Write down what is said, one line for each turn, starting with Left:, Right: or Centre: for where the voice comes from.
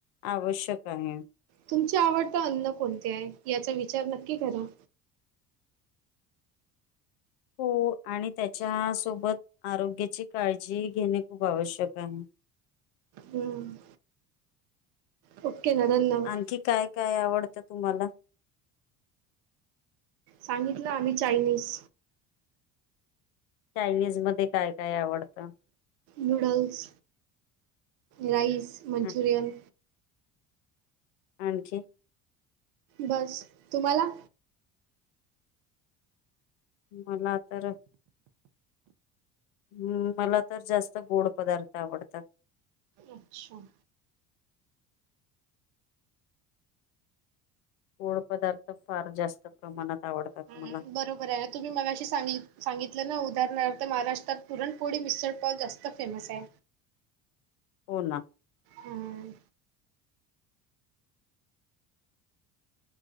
Left: आवश्यक आहे.
Right: तुमचे आवडते अन्न कोणते आहे याचा नक्की करा.
Left: हो आणि त्याची सोबत आरोग्याची काळजी. जी घेणे. खूप आवश्यक आहे.
Right: हम्म. हो. ओक ना धन्यवाद.
Left: आणखी काय काय आवडतं तुम्हाला?
Right: सांगितलं आम्ही चायनीज.
Left: चायनीज मध्ये काय काय आवडतं?
Right: नूडल्स, राईस मंचुरियन
Left: हा, आणखी
Right: बस तुम्हाला
Left: मला तर हम्म मला तर जास्त गोड पदार्थ आवडतात
Right: अच्छा.
Left: गोड पदार्थ फार जास्त प्रमाणात आवडतात
Right: हम्म
Left: मला
Right: बरोबर आहे. तुम्ही मगाशी सांगि सांगितलं उदाहरणार्थ महाराष्ट्रात पुरणपोळी, मिसळ पाव जास्त फेमस आहे
Left: हो ना
Right: हम्म